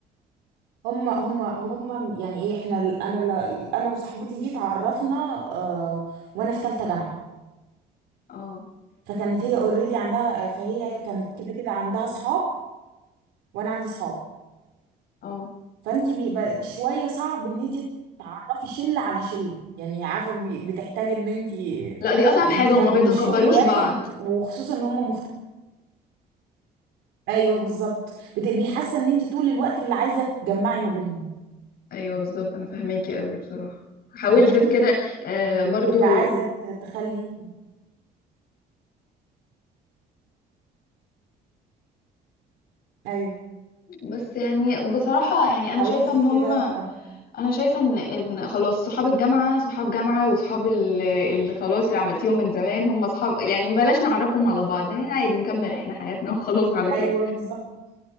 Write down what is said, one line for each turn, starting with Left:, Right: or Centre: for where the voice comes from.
Right: هم هم هم يعني ايه احنا انا ل- انا وصاحبتي دي اتعرفنا آه وانا في تالتة جامعة
Left: اه
Right: فكانت هي اوريدي عندها فهي كانت كده كده عندها صحاب وانا عندي صحاب
Left: اه
Right: فانت بيبقى شوية صعب ان انت تعرفي شلة على شلة يعني عارفة بي- بتحتاج ان انت
Left: لا دي اصعب
Right: انت
Left: حاجه
Right: فاهمة
Left: وما بيتقبلوش
Right: مش كل واحد
Left: بعض
Right: وخصوصا ان هم مختلفين ايوه بالظبط بت- بيحس ان انت طول الوقت اللي عايزة تجمعي ما بينهم
Left: ايوه بالظبط انا فاهماكي قوي بصراحه حاولت
Right: فاهماني
Left: في كده آه
Right: يعني
Left: برضو
Right: بتبقى عايزة ت- تخلي ايوه
Left: بس يعني بصراحه يعني انا
Right: حاولتي
Left: شايفه ان
Right: في
Left: هم
Right: كده في قبل
Left: انا شايفه ان إن خلاص صحاب الجامعه صحاب جامعه وصحاب ال- اللي خلاص اللي عملتيهم من زمان هم صحاب يعني بلاش نعرفهم على بعض يعني عادي نكمل احنا حياتنا وخلاص على كده
Right: ايوه بالظبط